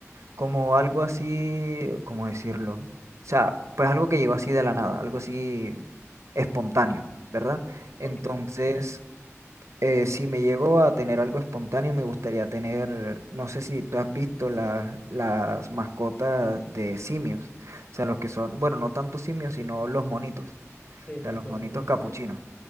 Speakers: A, on the right (about 65°); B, on the left (about 35°).
A: como algo así, ¿cómo decirlo? O sea, pues algo que llegó así de la nada, algo así espontáneo, ¿verdad? Entonces...
B: Ok,
A: Eh, si me llego a tener algo espontáneo, me gustaría tener, no sé si tú has visto la- las mascotas de simios, o sea, los que son, bueno, no tanto simios, sino los monitos,
B: sí,
A: o sea, los
B: los
A: monitos
B: monitos,
A: capuchinos,
B: sí.